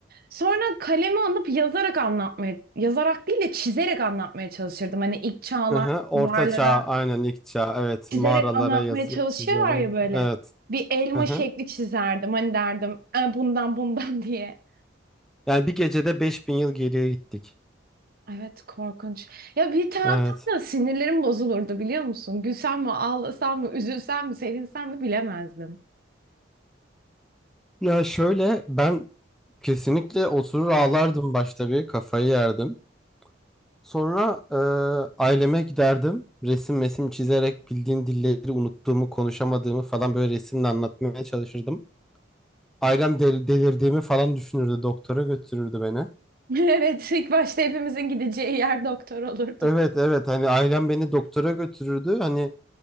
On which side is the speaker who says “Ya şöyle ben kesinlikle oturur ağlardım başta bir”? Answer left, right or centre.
Centre